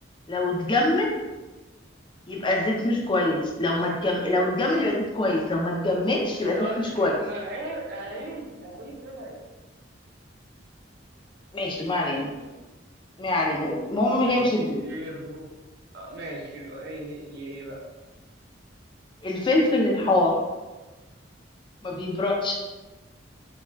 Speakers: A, on the left (about 25°); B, on the right (about 55°).
A: لو اتجمد يبقى الزيت مش كويس لو ما اتجم... لو اتجمد يبقى زيت كويس لو ما اتجمدش
B: إيه
A: يبقى
B: آه
A: زيت مش
B: إيه،
A: كويس
B: ما هي اهي اهي طلعت
A: ماشي ما علينا
B: ماشي ماشي
A: ما علينا المهم
B: ماشي
A: هيمشي ازاي
B: ايه هو آه، ماشي ايه هي ايه بقى
A: الفلفل الحار ما بيبردش